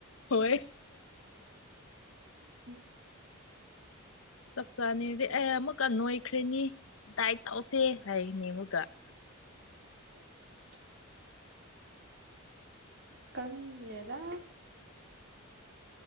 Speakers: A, on the left (about 65°); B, on the right (about 55°).
A: ꯍꯣꯏ
B: <inaudible>
A: ꯆꯞ ꯆꯥꯅꯤꯡꯔꯗꯤ ꯑꯩ ꯑꯃꯨꯛꯀ ꯅꯣꯏꯈ꯭ꯔ‌ꯦꯅꯤ ꯗꯥꯏꯠ ꯇꯧꯁꯦ ꯍꯥꯏꯅꯤꯕꯀ‌ꯣ
B: ꯎꯝ ꯈꯪꯗ‌ꯦꯗꯥ